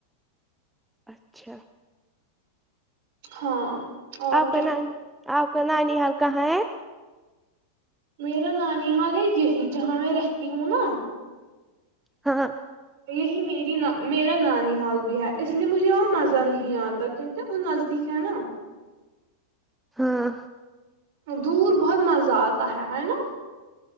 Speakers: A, in the centre; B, on the right.
A: اچھا
B: ہاں اور
A: آپ
B: کیا
A: کا نانی آپ کا نانی حال کہاں ہے
B: میرا نانی حال ہے یہیں جہاں میں رہتی ہوں نا
A: ہاں
B: یہی میری ا میرا نانی حال بھی ہے اس لیے مجھے یہاں مزہ نہیں آتا کیونکہ وہ نزدیک ہے نا
A: ہاں
B: دور بہت مزہ آتا ہے ہے نا